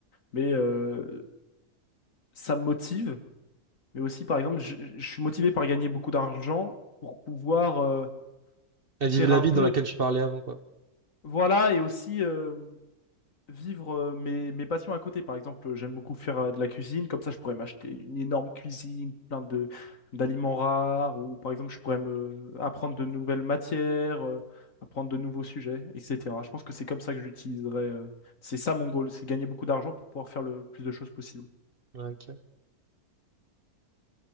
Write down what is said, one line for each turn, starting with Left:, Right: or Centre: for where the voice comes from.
Left: Mais euh, ça me motive. Mais aussi, par exemple, je, je suis motivé par gagner beaucoup d'argent pour pouvoir euh,
Right: À Vivre
Left: faire
Right: la
Left: un
Right: vie
Left: peu,
Right: dans laquelle je parlais avant, quoi.
Left: voilà, et aussi euh, vivre euh, mes, mes passions à côté. Par exemple, euh, j'aime beaucoup faire euh, de la cuisine, comme ça je pourrais m'acheter une énorme cuisine, plein de d'aliments rares, ou par exemple je pourrais me apprendre de nouvelles matières, euh, apprendre de nouveaux sujets, etc. Je pense que c'est comme ça que j'utiliserais. euh, c'est ça mon goal, c'est gagner beaucoup d'argent pour pouvoir faire le plus de choses possible.
Right: Ouais, ok.